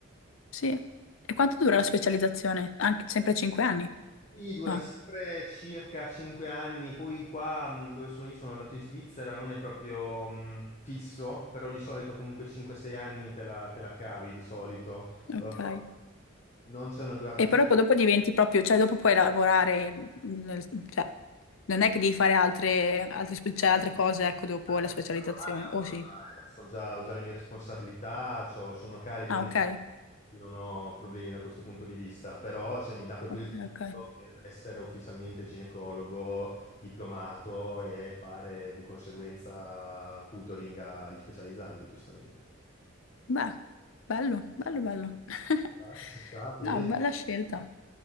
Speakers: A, on the left; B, on the left.
A: sì. E quanto dura la specializzazione? Anche sempre 5 anni?
B: Sì, dura
A: No.
B: sempre circa 5 anni, poi qua mh, dove sono io sono andato in Svizzera, non è proprio mh, fisso, però di solito comunque 5-6 anni te la, te la cavi di solito.
A: Ok.
B: Eh, non c'è una durata
A: E
B: fissa
A: proprio dopo diventi proprio, cioè dopo puoi lavorare, nel- cioè non è che devi fare altre, altre spe- cioè, altre cose, ecco, dopo
B: No,
A: la
B: ma
A: specializzazione,
B: in lavorare, lavoro
A: o sì?
B: già, eh, sono già, ho già le mie responsabilità, c'ho- sono a carico
A: Ah,
B: di
A: ok,
B: me, non ho problemi da questo punto di vista, però cioè, mi dà proprio
A: ok,
B: il titolo
A: ok.
B: per essere ufficialmente ginecologo, diplomato e fare di conseguenza tutoring agli specializzandi, giustamente.
A: Beh, bello, bello, bello. <laughs>
B: Ah, ci sta, peso.
A: No, bella scelta,